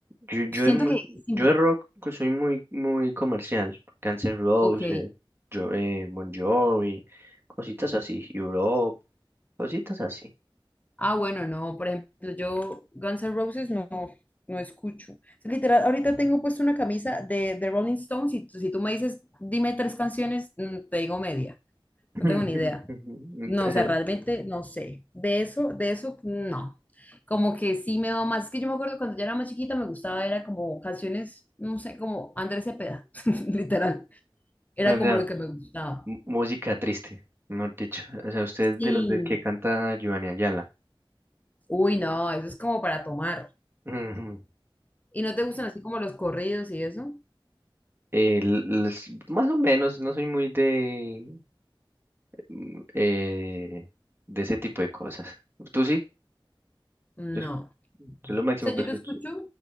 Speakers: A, on the right (about 25°); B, on the left (about 15°).
A: Yo, yo,
B: Siento
A: de mu-
B: que sí.
A: yo de rock que soy muy, muy comercial. Guns N' Roses,
B: Ok.
A: yo, eh, Bon Jovi, cositas así. Europe, cositas así.
B: Ah, bueno, no, por ejemplo, yo Guns N' Roses no, no escucho. O sea, literal, ahorita tengo puesto una camisa de, de Rolling Stones y tú- si tú me dices, dime tres canciones, mm, te digo media.
A: <laughs>
B: No tengo ni idea. No, o sea, realmente no sé. De eso, de eso, no. Como que sí me va más. Es que yo me acuerdo cuando yo era más chiquita me gustaba, era como canciones, no sé, como Andrés Cepeda, <laughs> literal. Era
A: O sea,
B: como lo que me gustaba.
A: m- música triste, mejor dicho. O sea, usted es
B: Sí.
A: de los de que canta Giovanni Ayala.
B: Uy, no, eso es como para tomar.
A: Ujú.
B: ¿Y no te gustan así como los corridos y eso?
A: El- los- más o menos, no soy muy de, mm, eh, de ese tipo de cosas. ¿Tú sí?
B: No.
A: Yo, es-
B: O
A: yo lo máximo
B: sea,
A: que
B: yo
A: escucho.
B: lo escucho